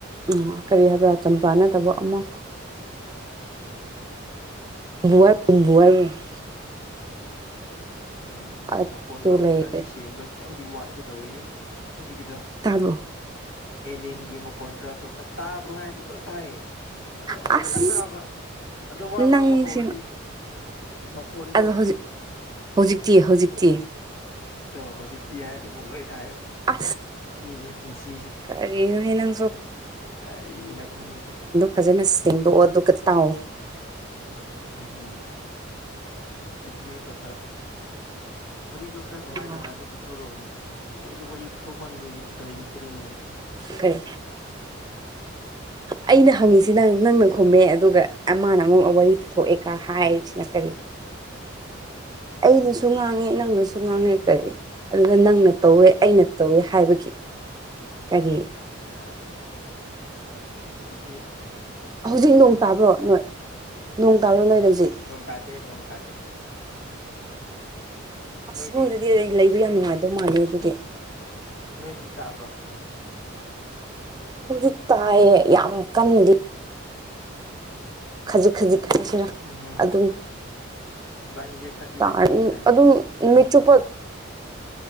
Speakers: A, on the right; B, on the left.
A: ꯎꯝ ꯀꯔꯤ ꯍꯥꯏꯕ꯭ꯔꯥ ꯆꯝꯄ꯭ꯔꯥ ꯅꯠꯇꯕ ꯑꯃ ꯕꯔ
B: ꯎꯝ
A: ꯑꯗꯨ
B: ꯑ ꯃꯈꯣꯟꯗꯣ
A: ꯂꯩ
B: ꯈꯔꯗꯤ ꯁꯦꯡꯕ ꯈꯤꯇꯪꯗꯤ ꯋꯥꯠꯀꯦ ꯇꯧꯏꯍꯦ ꯍꯧꯖꯤꯛꯀꯤꯗ
A: ꯇꯥꯕꯣ
B: ꯑꯦꯂꯦꯟꯒꯤ ꯃꯈꯣꯟ ꯈꯔ ꯊꯣꯛ ꯑꯁ ꯇꯥꯕ꯭ꯔꯣ ꯍꯥꯏꯗꯤ ꯂꯣꯏ ꯊꯥꯏꯑꯦ ꯑꯗꯨ ꯑꯗꯨ
A: ꯑꯁ
B: ꯈꯇꯪ ꯊꯥꯕ ꯑꯗꯨ ꯋꯥ
A: ꯅꯪꯁꯤꯅ
B: ꯉꯥꯡꯕ ꯍꯧꯔꯗꯤ ꯃꯈꯣꯟꯗꯣ
A: ꯑꯗꯣ ꯍꯧꯖꯤꯛ ꯍꯧꯖꯤꯛꯇꯤ ꯍꯧꯖꯤꯛꯇꯤ
B: ꯑꯣ ꯍꯧꯖꯤꯛꯇꯤ ꯍꯥꯏꯔꯗꯤ ꯃꯨꯛ ꯂꯣꯏ ꯇꯥꯏꯌꯦꯕ
A: ꯑ
B: ꯁꯤꯅꯦ ꯄꯨꯟꯁꯤꯁꯦ
A: ꯀꯔꯤꯨ ꯅꯪ ꯁꯣ
B: ꯀꯒꯥꯔꯤꯅ ꯈꯪꯗꯦ
A: ꯐꯖꯅ ꯁꯦꯡꯗꯣꯛꯑꯣ ꯑꯗꯨꯒ ꯇꯥꯎ
B: ꯎꯝ ꯎꯝ ꯀꯟꯇꯎ ꯇꯧ ꯋꯥꯔꯤ ꯈꯔ ꯅꯨꯡꯉꯥꯏ ꯅꯨꯡꯉꯥꯏꯕ
A: ꯑ
B: ꯄꯨꯊꯣꯔꯛꯕꯅꯤ ꯑꯩꯁꯨ ꯋꯥꯔꯤ ꯄꯨꯊꯣꯛꯃꯟꯕ ꯂꯩꯇ꯭ꯔꯦꯅꯦ ꯍꯧꯖꯤꯛꯇꯤ
A: ꯀꯩ
B: <inaudible>
A: ꯑꯩꯅ ꯍꯪꯉꯤꯁꯤ ꯅꯪ ꯅꯪꯅ ꯈꯨꯝꯃꯦ ꯑꯗꯨꯒ ꯑꯃꯅ ꯑꯉ ꯋꯥꯔꯤ ꯄꯨꯊꯣꯛꯑꯦꯀ ꯍꯥꯏꯔꯤꯁꯤꯅ ꯀꯔꯤ ꯑꯩꯅꯁꯨ ꯉꯥꯡꯉꯦ ꯅꯪꯅꯁꯨ ꯉꯥꯡꯉꯦ ꯀꯔꯤ ꯑꯗꯨꯗ ꯅꯪꯅ ꯇꯧꯋꯦ ꯑꯩꯅ ꯇꯧꯋꯦ ꯍꯥꯏꯕꯒꯤ ꯀꯔꯤ
B: ꯑ ꯍꯧꯖꯤꯛꯇꯛꯇ
A: ꯍꯧꯖꯤꯛ ꯅꯣꯡ ꯇꯥꯕ꯭ꯔꯣ ꯅꯣꯏ ꯅꯣꯡ ꯇꯥꯕ꯭ꯔꯣ ꯅꯣꯏ ꯔꯖꯤꯛ
B: ꯅꯣꯡ ꯇꯥꯇꯦ ꯅꯣꯡ ꯇꯥꯇꯦ
A: ꯑꯁ
B: ꯅꯣꯏꯗꯤ
A: ꯃꯣꯏꯗꯗꯤ ꯑꯩ ꯂꯩꯕ ꯌꯥꯝ ꯅꯨꯡꯉꯥꯏꯗꯧ ꯃꯥꯜꯂꯦ ꯑꯗꯨꯗꯤ
B: ꯅꯣꯏ ꯑꯗꯨꯗꯤ ꯇꯥꯕ꯭ꯔꯣ
A: ꯍꯧꯖꯤꯛ ꯇꯥꯏꯌꯦ ꯌꯥꯝ ꯀꯜꯂꯤꯖꯤ ꯈꯖꯤꯛ ꯈꯖꯤꯛ ꯍꯥꯏꯁꯤꯔꯥ
B: ꯎꯝꯍꯨꯝ
A: ꯑꯗꯨꯝ
B: ꯑꯁ ꯏꯕꯥꯅꯤꯁꯦ ꯈꯔꯗꯤ
A: ꯇ
B: ꯂꯥꯞꯅꯕꯖꯥꯠꯅꯤꯅꯦ
A: ꯑꯗꯨꯝ ꯅꯨꯃꯤꯠꯆꯨꯞꯄ